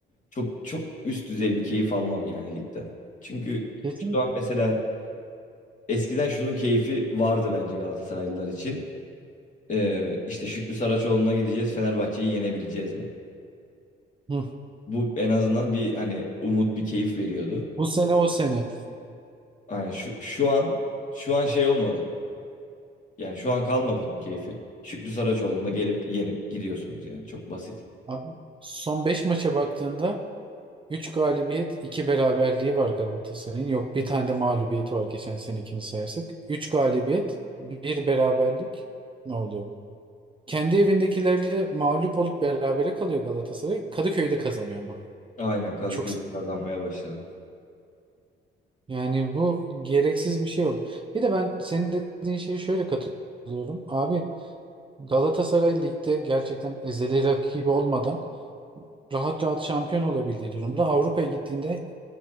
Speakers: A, on the left; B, on the right.
A: çok çok üst düzey bir keyif almam yani ligden. Çünkü
B: kesin
A: şu an mesela eskiden şunun keyfi vardı bence Galatasaraylılar için. E, işte Şükrü Saraçoğlu'na gideceğiz Fenerbahçe'yi yenebileceğiz mi?
B: hı,
A: Bu en azından bir hani umut bir keyif veriyordu.
B: bu sene o sene.
A: Yani şu, şu an şu an şey olmadı. Yani şu an kalmadı onun keyfi. Şükrü Saraçoğlu'na gelip yenip gidiyorsunuz yani çok basit.
B: Abi, son 5 maça baktığında Üç galibiyet, 2 beraberliği var Galatasaray'ın. Yok bir tane de mağlubiyeti var geçen senekini sayarsak. 3 galibiyet, bir beraberlik ne oluyor? Kendi evindekilerle mağlup olup berabere kalıyor Galatasaray. Kadıköy'de kazanıyor ama.
A: Aynen Kadıköy'de
B: Çok s-
A: kazanmaya başladı.
B: yani bu gereksiz bir şey oldu. Bir de ben senin dediğin şeye şöyle katılıyorum. Abi Galatasaray ligde gerçekten ezeli rakibi olmadan rahat rahat şampiyon olabildiği durumda Avrupa'ya gittiğinde